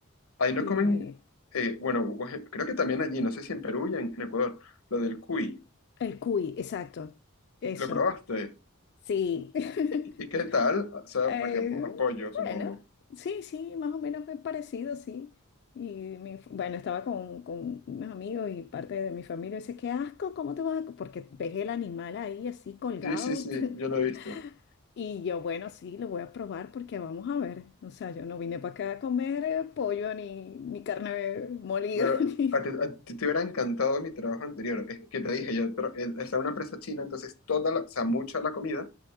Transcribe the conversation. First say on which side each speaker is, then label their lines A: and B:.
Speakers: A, on the left; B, on the left.
A: Ahí no
B: Y
A: comen, eh, bueno, oje- creo que también allí, no sé si en Perú y en, en Ecuador, lo del cuy.
B: el cuy, exacto. Eso.
A: ¿Lo probaste?
B: Sí. <laughs>
A: ¿Y qué tal? O sea,
B: Eh,
A: a que apo- apoyo, supongo.
B: bueno, sí, sí, más o menos es parecido, sí. Y mi, f- bueno, estaba con, con unos amigos y parte de mi familia. Dice, qué asco, ¿cómo te vas a...? co-?" Porque ves el animal ahí así colgado.
A: Sí, sí, sí,
B: <laughs>
A: yo lo he visto.
B: Y yo, bueno, sí, lo voy a probar porque vamos a ver. O sea, yo no vine para acá a comer eh, pollo ni, ni carne molida,
A: Pero
B: <laughs> ni...
A: a ti, a ti te hubiera encantado mi trabajo anterior. Es que te dije, yo tra- el- estaba en una empresa china, entonces toda la, o sea, mucha la comida